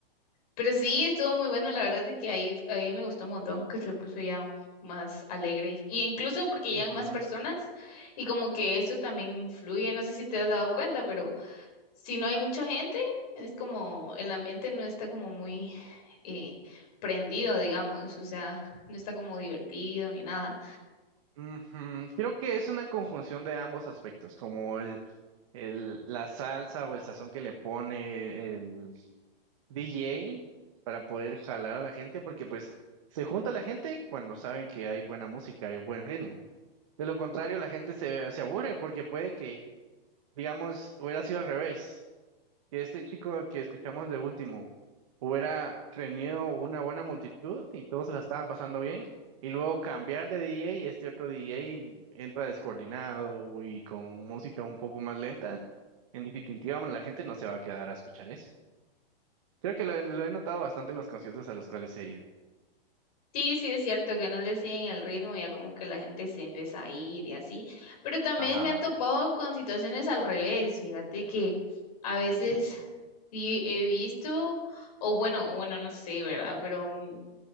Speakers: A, on the left; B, on the right.
A: pero sí, estuvo muy bueno. La verdad es de que ahí, ahí me gustó un montón, que se puso ya más alegre. Y incluso porque llegan
B: Ujú.
A: más personas, y como que eso también influye, no sé si te has dado cuenta, pero si no hay mucha gente, es como el ambiente no está como muy eh, prendido, digamos, o sea, no está como divertido ni nada.
B: Ujú. Creo que es una conjunción de ambos aspectos, como el, el, la salsa o el sazón que le pone el DJ para poder jalar a la gente, porque pues se junta la gente cuando saben que hay buena música y buen ritmo. De lo contrario, la gente se, se aburre porque puede que, digamos, hubiera sido al revés, que este chico que escuchamos de último hubiera tenido una buena multitud y todos se la estaban pasando bien, y luego cambiar de DJ y este otro DJ entra descoordinado y con música un poco más lenta, en definitiva la gente no se va a quedar a escuchar eso. Creo que lo, he lo he notado bastante en los conciertos a los cuales he ido.
A: Sí, sí es cierto que no le siguen el ritmo, ya como que la gente se empieza a ir y así, pero también
B: Ajá.
A: me ha topado con situaciones al revés, fíjate que a
B: ujú,
A: veces sí he visto, o bueno, bueno, no sé, ¿verdad? Pero mm,